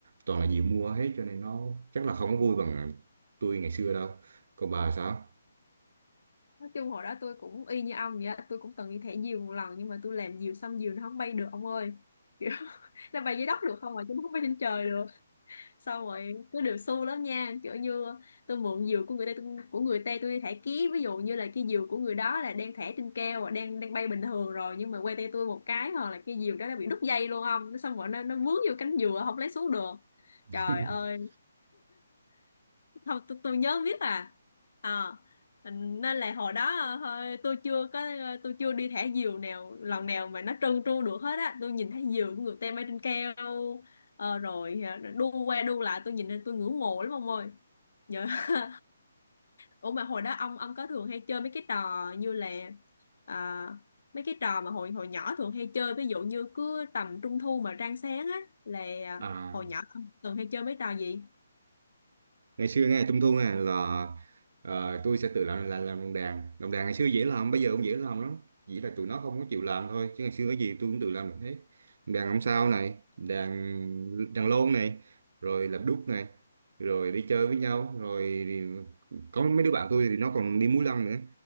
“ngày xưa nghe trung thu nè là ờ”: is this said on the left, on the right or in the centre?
Right